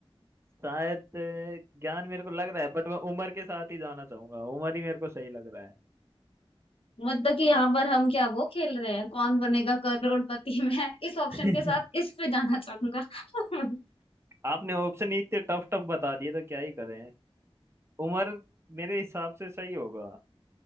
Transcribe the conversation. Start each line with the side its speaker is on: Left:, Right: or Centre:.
Right: शायद अ, ज्ञान मेरे को लग रहा है बट मैं उम्र के साथ ही जाना चाहूंगा उम्र ही मेरे को सही लग रहा
Left: मतलब कि यहाँ पर हम क्या वो खेल रहे हैं कौन बनेगा करोड़पति <laughs> मैं इस ऑप्शन
Right: है
Left: के साथ इस पे जाना चाहूंगा <laughs>
Right: <laughs> आपने ऑप्शन ही इतने टफ टफ बता दिए तो क्या ही करें उमर मेरे हिसाब से सही होगा